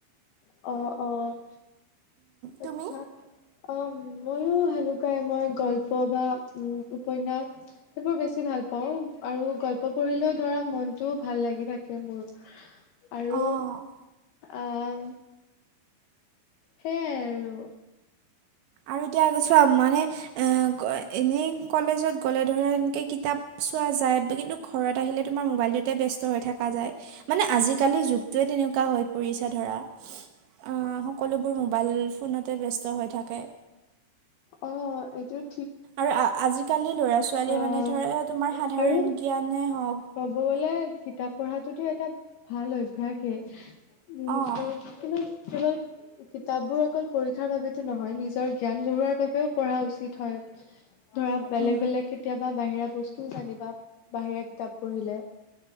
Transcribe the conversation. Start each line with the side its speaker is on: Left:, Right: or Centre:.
Left: অ'! অ'! আচ্ছা!
Right: তুমি
Left: অ'! মইয়ো সেনেকুৱাই। মই গল্প বা উ, উপন্যাস সেইবোৰ বেছি ভাল পাওঁ। পাওঁ আৰু গল্প পঢ়িলেও ধৰা, মনটো ভাল লাগি থাকে মোৰ। আৰু
Right: অঁ
Left: আঁ সেইয়াই আৰু।
Right: আৰু এতিয়া চোৱা মানে, এ, এনেই কলেজত গ'লে ধৰা, একে কিতাপ চোৱা যায়। কিন্তু, ঘৰত আহিলে তোমাৰ মোবাইলটোতে ব্যস্ত হৈ থকা যায়। মানে, আজিকালিৰ যুগটোৱে এনেকুৱা হৈ পৰিছে ধৰা। অ'! সকলোবোৰ মোবাইল ফোনতে ব্যস্ত হৈ থাকে।
Left: অ'! এইটোত।
Right: আৰু আজিকালি ল'ৰা ছোৱালী
Left: আহ
Right: মানে, ধৰা তোমাৰ সাধাৰণ
Left: আৰু
Right: জ্ঞানে হওঁক,
Left: ক'ব গ'লে, কিতাপ পঢ়াটোতো এটা ভাল অভ্যাসেই। উম,
Right: অঁ
Left: কিন্তু কেৱল কিতাপ বোৰ অকল পৰীক্ষাৰ বাবেতো নহয়। নিজৰ জ্ঞান বঢ়োৱাৰ বাবেও পঢ়া উচিত হয়। ধৰা, বেলেগ
Right: উম,
Left: বেলেগ কেতিয়াবা বাহিৰা বস্তু জানিবা। বাহিৰা কিতাপ পঢ়িলে।